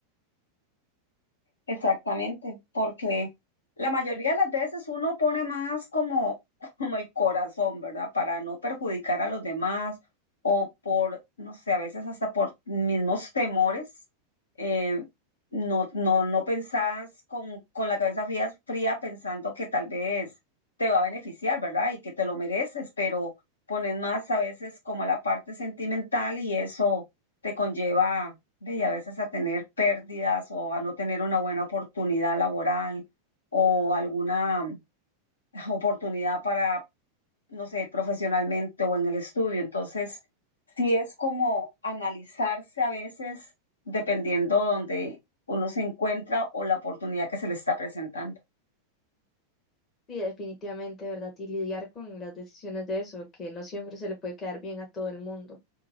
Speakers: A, on the left (about 70°); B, on the left (about 25°).
A: Exactamente, porque la mayoría de las veces uno pone más como, <laughs> como el corazón, ¿verdad? Para no perjudicar a los demás o por, no sé, a veces hasta por mismos temores, eh, no, no, no pensás con, con la cabeza fría, fría pensando que tal vez te va a beneficiar, ¿verdad? Y que te lo mereces, pero pones más a veces como la parte sentimental y eso te conlleva Ve, y a veces a tener pérdidas o a no tener una buena oportunidad laboral o alguna <laughs> oportunidad para, no sé, profesionalmente o en el estudio. Entonces, sí es como analizarse a veces dependiendo donde uno se encuentra o la oportunidad que se le está presentando.
B: Sí, definitivamente, ¿verdad? Y lidiar con las decisiones de eso, que no siempre se le puede quedar bien a todo el mundo,